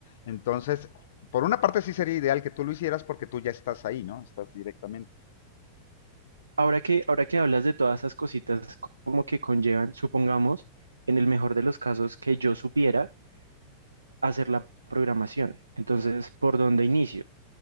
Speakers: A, on the left; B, on the right.
A: Entonces, por una parte sí sería ideal que tú lo hicieras porque tú ya estás ahí, ¿no? Estás directamente.
B: Ahora que, ahora que hablas de todas esas cositas como que conllevan, supongamos, en el mejor de los casos que yo supiera hacer la programación. Entonces, ¿por dónde inicio